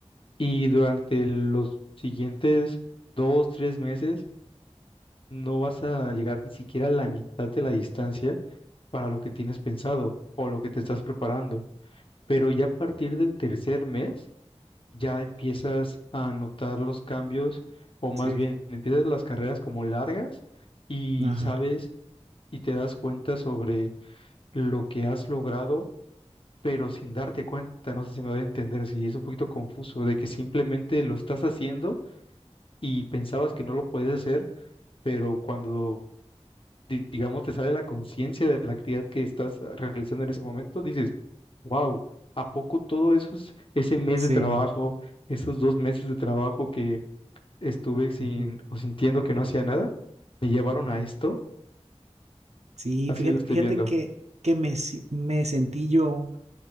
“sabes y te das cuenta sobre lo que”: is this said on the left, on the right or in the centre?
Left